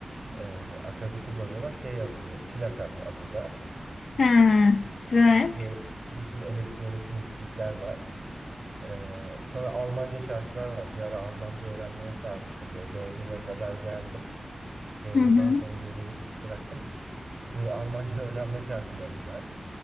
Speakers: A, on the right; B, on the left.
A: Ee, Akad'ı kullanıyorlar şey yazıyor Çilakat adı da
B: he güzel.
A: böyle bütün elektronik müzikler var Ee, sonra Almanca şarkılar var. Bir ara Almanca öğrenmeye sarmıştım. Böyle B1'e kadar geldim. B1'den
B: Hı hı.
A: sonra yorulup bıraktım. Ee, Almanca <laughs> öğrenme şarkılarım var.